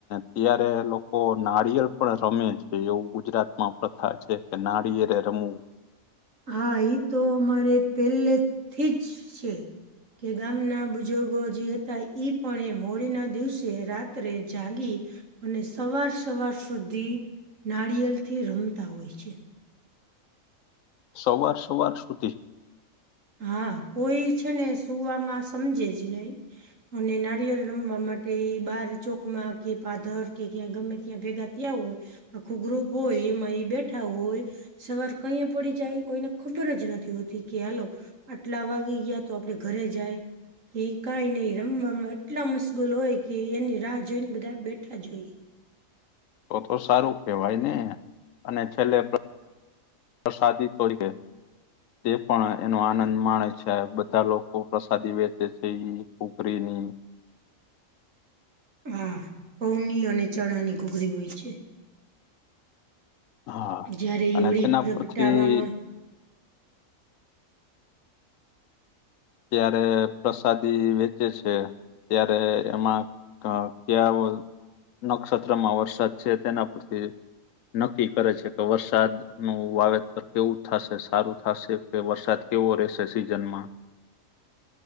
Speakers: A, on the left; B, on the right.
A: ત્યારે લોકો નારિયળ પણ રમે છે એવું ગુજરાતમાં પ્રથા છે કે નાળિયેરે રમવું.
B: હા ઈ તો અમારે પેલેથી જ છે. કે ગામના બુજુર્ગો જે હતા ઈ પણ એમ હોળીના દિવસે રાત્રે જાગી અને સવાર સવાર સુધી નારિયલથી રમતા હોય છે.
A: સવાર સવાર સુધી?
B: હા કોઈ છે ને સુવામાં સમજે જ નહી. અને નારિયેલ રમવા માટે ઈ બાર ચોકમાં કે પાધર કે ક્યાં ગમે ત્યાં ભેગા ત્યાં હોય આખું ગ્રુપ હોય એમાં ઈ બેઠા હોય સવાર કઈએ પડી જાય એ કોઈને ખબર જ નથી હોતી કે હાલો આટલા વાગી ગયા તો આપડે ઘરે જાય. કે કાઈ નહીં રમવામાં એટલા મુશ્ગલ હોય કે એની રાહ જોઈને બધા બેઠા જ હોઈ.
A: તો તો સારું કહેવાય ને અને છેલ્લે પ્રસાદી છોડી દે. તે પણ એનો આનંદ માણે છે. બધા લોકો પ્રસાદી વેચે છે ઈ કુકરીની
B: હા પૌની અને ચણાની ઘૂઘરી હોય છે.
A: હા
B: જયારે
A: અને
B: હોળી
A: તેના
B: પ્રગટાવામાં
A: પરથી ત્યારે પ્રસાદી વેચે છે. ત્યારે એમાં અ ક્યાં વ નક્ષત્રમાં વરસાદ છે તેના પરથી નક્કી કરે છે તો વરસાદનું વાવેતર કેવું થાશે, સારું થાશે કે વરસાદ કેવો રહેશે સિઝનમાં